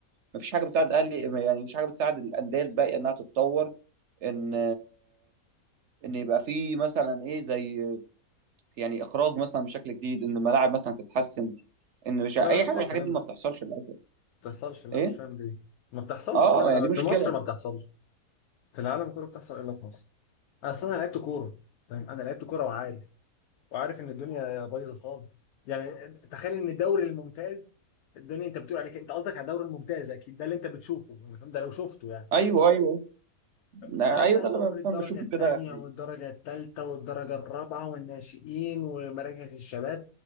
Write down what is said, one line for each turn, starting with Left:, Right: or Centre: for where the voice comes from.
Right: ما فيش حاجه بتساعد الاهلي يعني ما فيش حاجه بتساعد الانديه الباقيه انها تتطور ان ان يبقى في مثلا ايه زي يعني اخراج مثلا بشكل جديد ان الملاعب مثلا تتحسن ان مش
Left: لا
Right: اي
Left: لا ما
Right: حاجه
Left: فيش
Right: من
Left: الكلام
Right: الحاجات دي ما
Left: ده ما
Right: بتحصلش للاسف
Left: بتحصلش لا
Right: ايه
Left: مش فاهم ليه ما بتحصلش
Right: اه
Left: لا
Right: ما
Left: لا
Right: هي دي مشكله
Left: في مصر ما بتحصلش في العالم كله بتحصل الا في مصر اصلا انا لعبت كوره فاهم انا لعبت كوره وعارف وعارف ان الدنيا بايظه خالص يعني تخيل ان الدوري الممتاز الدنيا انت بتقول عليك انت قصدك على الدوري الممتاز اكيد ده اللي انت بتشوفه أنا فاهم؟ ده لو شفته يعني
Right: ايوه ايوه لا،
Left: تخيل
Right: ايوه
Left: بقى
Right: ده اللي
Left: دوري
Right: انا
Left: الدرجه
Right: فاهم بشوفه
Left: الثانيه
Right: كده يا حبيبي
Left: والدرجه الثالثه والدرجه الرابعه والناشئين ومراكز الشباب